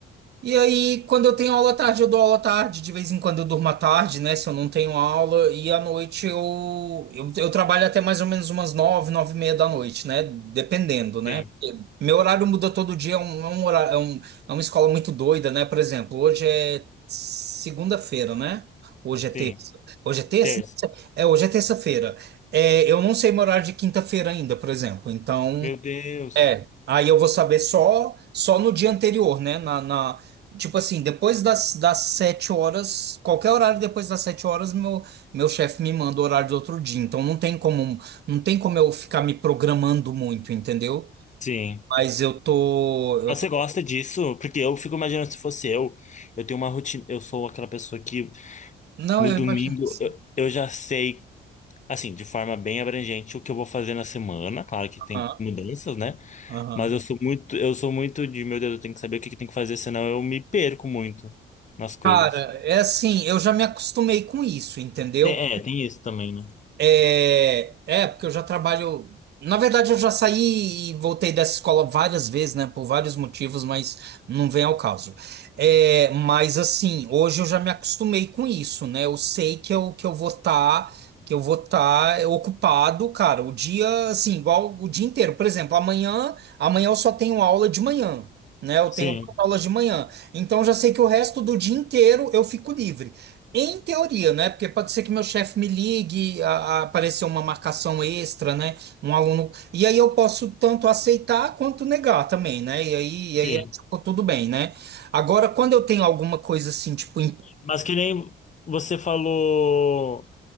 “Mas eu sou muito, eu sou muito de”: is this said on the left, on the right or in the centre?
Left